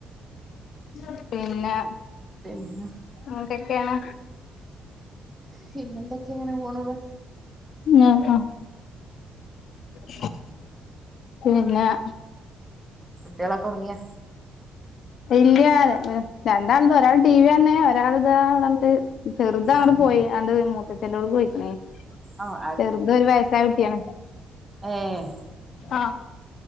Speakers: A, on the left (about 65°); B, on the right (about 15°).
A: ഉം പിന്നെ
B: പിന്നെ
A: എന്തോക്കെയാ
B: പിന്നെന്തൊക്കെയാ ഇങ്ങനെ പോണത്
A: ആഹ് ആ ഹ് പിന്നെ-
B: കുട്ടികളൊക്കെ ഒറങ്ങിയോ
A: ഇല്ല്യ <unintelligible> രണ്ടാൾണ്ട് ഒരാൾ ടി വി കാണിന് ഒരാൾ ഇതാ ഇവിടെണ്ട് ചെറുതങ്ങട്ട്
B: ആഹ്
A: പോയി ആണ്ട് മൂത്തച്ചന്റ കൂടെ പോയി
B: ആഹ്
A: ചെറുത് ഒരു വയസായ കുട്ടിയാണ്
B: അതേ
A: ആഹ്